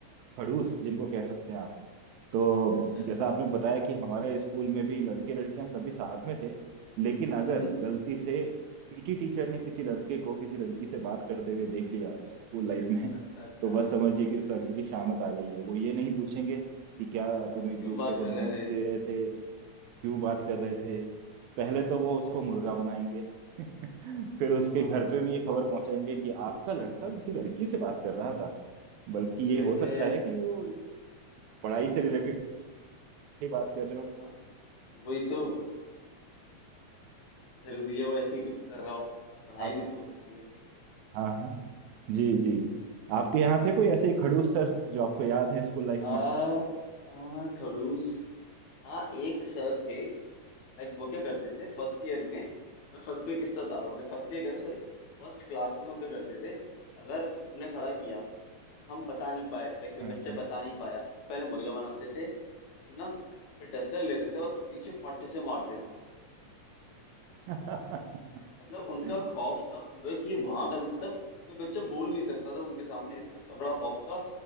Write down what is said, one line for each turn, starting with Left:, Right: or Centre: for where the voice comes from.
Right: खड़ूस जिनको कह सकते हैं आप तो
Left: अच्छा अच्छा
Right: जैसा आपने बताया कि हमारे स्कूल में भी लड़के लड़कियां सभी साथ में थे लेकिन अगर
Left: हम्म हम्म।
Right: गलती से पीटी टीचर ने किसी लड़के को किसी लड़की से बात करते हुए देख लिया स्कूल लाइफ में
Left: अच्छा अच्छा
Right: तो बस समझिए कि उस लड़के की शामत आ गई है वो ये नहीं पूछेंगे कि क्या तुम एक
Left: क्यों
Right: दूसरे
Left: बात
Right: को
Left: कर
Right: नोट्स
Left: रहे थे
Right: दे रहे थे क्यों बात कर रहे थे पहले तो वो उसको
Left: हाँ हाँ
Right: मुर्गा बनाएंगे <laughs> फिर
Left: हाँ
Right: उसके
Left: हाँ।
Right: घर पे भी ये खबर पहुंचाएंगे कि आपका लड़का किसी लड़की से बात कर रहा था बल्कि
Left: अरे
Right: ये हो सकता है कि वो पढ़ाई से रिलेटेड की बात कर रहे हो
Left: हाँ वही तो जरूरी है वो ऐसे ही कुछ कर रहा हो पढ़ाई
Right: आप
Left: भी तो हो सकती है
Right: हाँ हाँ जी जी आपके यहाँ थे कोई ऐसे ही खड़ूस सर जो आपको याद है स्कूल लाइफ
Left: आ,
Right: में
Left: आ खड़ूस हाँ एक सर थे लाइक वो क्या करते थे फर्स्ट ईयर में मैं फर्स्ट ईयर किससे बता रहा हूँ फर्स्ट ईयर कह रहा हूँ सॉरी फर्स्ट क्लास में वो क्या करते थे अगर उनने खड़ा किया हम बता नहीं पाए लाइक कोई
Right: हाँ
Left: बच्चा बता नहीं पाया तो पहले मुर्गा बनाते थे है ना फिर डस्टर लेते थे और पीछे पट्टे से मारते थे
Right: हाँ
Left: मतलब उनका
Right: <clears throat>
Left: खौफ था पूरा कि वहां गलत मतलब कोई बच्चा बोल नहीं सकता था उनके सामने इतना तगड़ा खौफ था